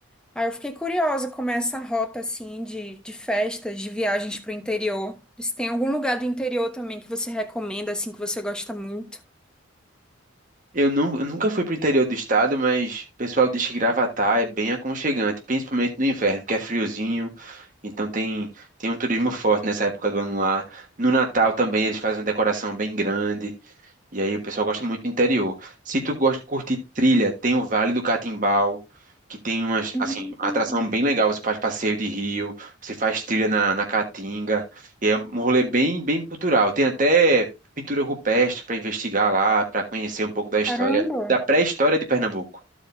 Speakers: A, in the centre; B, on the right.
A: Aí eu fiquei curiosa como é essa rota assim de, de festas, de viagens pro interior. Se tem algum lugar do interior também que você recomenda, assim, que você gosta muito?
B: Eu, nu- eu nunca fui pro interior do estado, mas o pessoal diz que Gravatá é bem aconchegante, principalmente no inverno, que é friozinho, então tem, tem um turismo forte nessa época do ano lá. No Natal também eles fazem uma decoração bem grande. E aí o pessoal gosta muito do interior. Se tu gosta de curtir trilha, tem o Vale do Catimbau, que tem umas,
A: Hum.
B: assim, uma atração bem legal. Você faz passeio de rio, você faz trilha na, na Caatinga. E é um rolê bem, bem cultural. Tem até pintura rupestre para investigar lá, para conhecer um pouco da história,
A: Caramba!
B: da pré-história de Pernambuco,